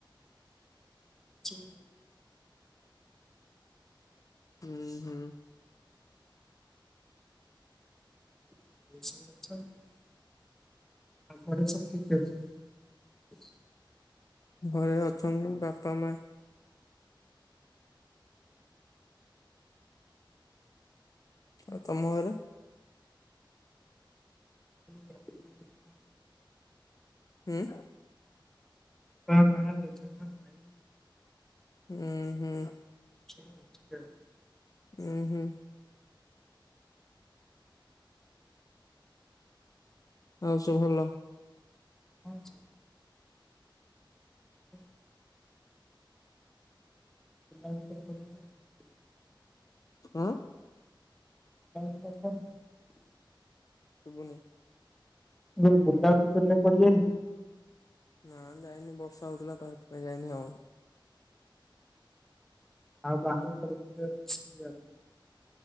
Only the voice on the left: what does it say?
ହୁଁ ହୁଁ।
ଘରେ ଅଛନ୍ତି ବାପା ମା। ଆଉ ତମ ଘରେ?
ହୁଁ।
ହୁଁ ହୁଁ।
ଉଁ ହୁଁ। ଆଉ ସବୁ ଭଲ?
ଆଁ,
ଶୁଭୁନି।
ନା ଯାଇନି ବର୍ଷା ହଉଥିଲା ତ ସେଥିପାଇଁ ଯାଇନି ଆଉ।